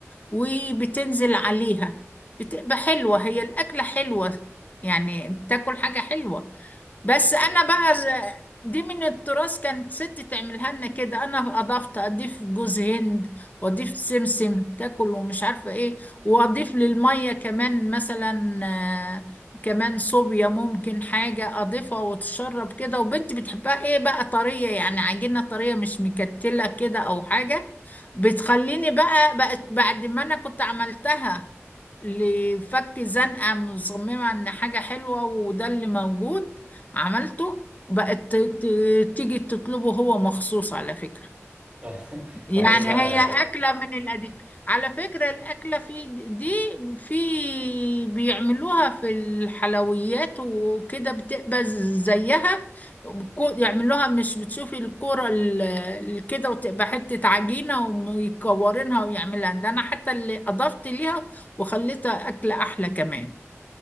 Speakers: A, on the left; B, on the right.
A: وبتنزل عليها بتبقى حلوة هي الأكلة حلوة يعني بتاكل حاجة حلوة بس
B: بس
A: انا
B: هي س-
A: بقى ال- دي من التراث كانت ستي تعملها لنا كده انا اضفت اضيف جوز هند واضيف سمسم تاكل ومش عارفه ايه واضيف للميه كمان مثلا آه، كمان صوبيا ممكن حاجه اضيفها وتشرب كده وبنتي بتحبها ايه بقى طريه يعني عجينه طريه مش مكتله كده او حاجه بتخليني بقى بقت بعد ما انا كنت عملتها لفك زنقه مصممه ان حاجه حلوه وده اللي موجود عملته بقت ت- ت- تيجي تطلبه هو مخصوص على فكرة
B: <laughs> خلاص
A: يعني أحسن
B: بقى,
A: هي
B: بقى
A: أكلة من القديم على فكرة الأكلة في دي في بيعملوها في الحلويات وكده بتبقى زيها وبكو- يعملوها مش بتشوفي الكرة ال- ال- كده وتبقى حتة عجينة ويكورينها ويعملها ده أنا حتى اللي أضفت ليها وخليتها أكلة أحلى كمان